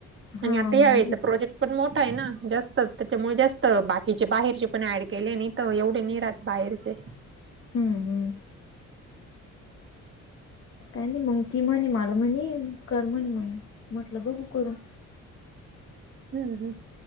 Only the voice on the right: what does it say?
आणि आता यायवेळीचा
प्रोजेक्ट पण मोठा आहे ना जास्त त्याच्यामुळे जास्त बाकीचे बाहेरचे पण ऍड केले नाही तर एवढे नि राहत. बाहेरचे
हम्म हम्म.